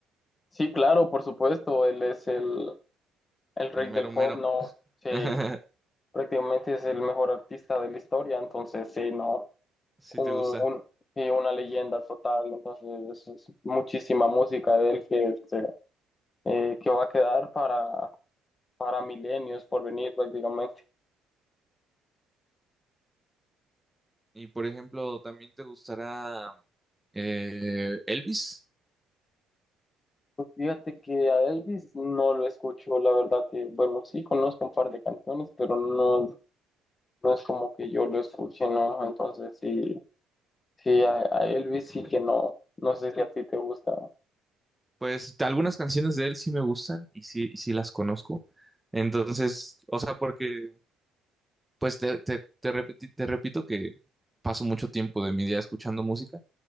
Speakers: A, on the left; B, in the centre.
A: Sí, claro, por supuesto, él es el, el rey
B: El mero
A: del pop,
B: mero.
A: ¿no? Sí,
B: <laughs>
A: prácticamente es el mejor artista de la historia, entonces sí, ¿no?
B: Sí
A: Un,
B: te gusta.
A: un- sí, una leyenda total, entonces es muchísima música de él que, este, eh, que va a quedar para, para milenios por venir prácticamente.
B: Y por ejemplo, ¿también te gustará eh, Elvis?
A: Fíjate que a Elvis no lo escucho, la verdad que, bueno, sí conozco un par de canciones, pero no, no es como que yo lo escuche, ¿no? Entonces sí. Sí, a, a Elvis sí que no, no sé si a ti te gusta.
B: Pues t- algunas canciones de él sí me gustan y sí, y sí las conozco. Entonces, o sea, porque, pues te, te, te repeti- te repito que paso mucho tiempo de mi día escuchando música.